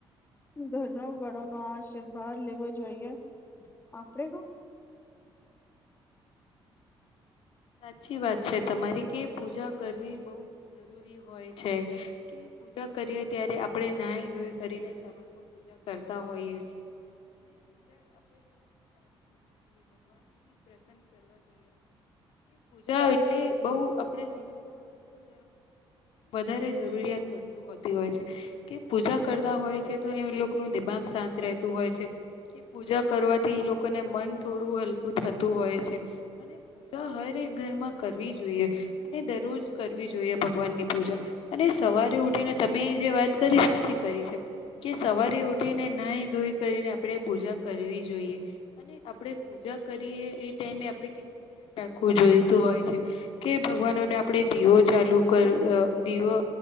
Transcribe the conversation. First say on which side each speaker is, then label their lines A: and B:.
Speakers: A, on the left; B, on the left.
A: ઘરનો વડો નો આશીર્વાદ લેવો જોઈએ આપડે ક.
B: સાચી વાત છે તમારે કે પૂજા કરવી બહુ જરૂરી હોય છે કે. પૂજા કરીએ ત્યારે આપણે નાહી ધોઈ કરીને સવારે પૂજા કરતા હોઈએ છેીએ અને પૂજા આપણે બ. કર જોઈએ ભગવાન ને બી પ્રસન્ન કરવા જોઈએ. આપણે પૂજા એટલે બહુ આપડે જીવનમાં. હિન્દુ વધારે જરૂરિયાત વસ્તુ હોતી હોય છે. કે પૂજા કરતા હોય છે તો એ લોકો ન દિમાગ શાંત રહેતું હોય છે. પૂજા કરવાથી ઈ લોકોને મન થોડું હલકું થતું હોય છે. જો હરેક ઘરમાં કરવી જોઈએ અને દરરોજ કરવી જોઈએ ભગવાનની પૂજા. અને સવારે ઉઠીને તમે જે વાત કરી સાચી કરી છે. કે સવારે ઉઠીને નાહી ધોઈ કરીને આપણે પૂજા કરવી જોઈએ. અને આપણે પૂજા કરીએ એ ટાઈમે આપણે કેટલું ધ્યાન રાખવું જોઈતું હોય છે. કે ભગવાનોને આપણે દીવો ચાલુ કર દીવો.